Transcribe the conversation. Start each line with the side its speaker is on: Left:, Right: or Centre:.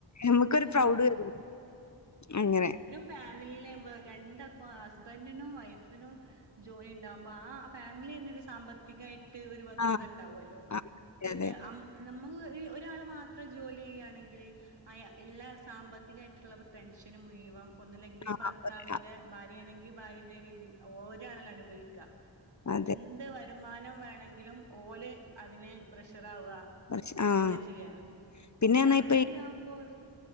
Left: നമുക്കൊരു പ്രൗഡ്
Right: ആഹ്
Left: വരും, അങ്ങനെ.
Right: ഫാമിലിയിലെ രണ്ട് ആൾക്കും ഹുസ്ബൻഡിനും വൈഫിനും. ജോലി ഉണ്ടാകുമ്പോ ആഹ് ഫാമിലി തന്നെ ഒരു സാമ്പത്തിക. ത്തിക ആയിട്ട് ഒരു ഭദ്രത
Left: ആഹ്
Right: ഉണ്ടാവുമല്ലോ,
Left: ആഹ് അതെ
Right: പിന്നെ
Left: അതെ.
Right: ആം നമുക്ക് ഒരു ഒരാൾ മാത്ര ജോ ജോലി ചെയ്യുകയാണെങ്കിൽ അയ് ഉള്ള സാമ്പത്തിക ആയിട്ടുള്ള ടെൻഷന് മുഴുവൻ. ഒന്നില്ലെങ്കിൽ
Left: ആഹ്
Right: ഭർത്താവിന്റെ ഭാര്യയാണെങ്കിൽ ഭാര്യന്റെ രീതി ഓര് ആണല്ലോ അനുഭവിക്കാ. എന്ത്
Left: അതെ
Right: വരുമാനം വേണെങ്കിലും ഓല് അതിന് പ്രഷറ് ആവുക.
Left: പക്ഷെ
Right: അങ്ങനെയല്ലാ
Left: ആഹ്
Right: ചെയ്യാ.
Left: പിന്നെ
Right: രണ്ടാളും
Left: പറഞ്ഞാ ഇപ്പ
Right: കൂടി ആവുമ്പോ